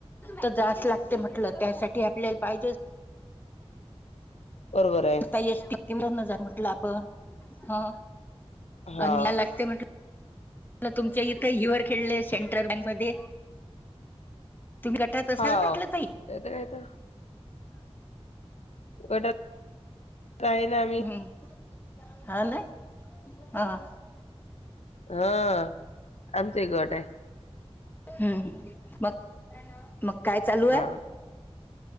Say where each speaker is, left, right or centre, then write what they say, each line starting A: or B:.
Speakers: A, on the left (about 20°); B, on the left (about 85°).
A: ते जास्त लागतयं म्हटलं त्यासाठी आपल्याला पाहिजे ते.
B: बरोबरआहे.
A: तै एक् तिक्ति मधन जा म्हटलं आपण हा
B: हा
A: आणलाय् लागते <inaudible> म तुमच्या इथे युअर खेळले सेंट्रल बँक मध्ये तुम्ही गटात असालं
B: हा
A: म्हटलं ना ताई?
B: काय तर गटात? आहे ना आम्ही
A: हम्म हा ना हा.
B: हा आमचा गट हे.
A: हम्म हम्म मग मग काय चाल?
B: हा.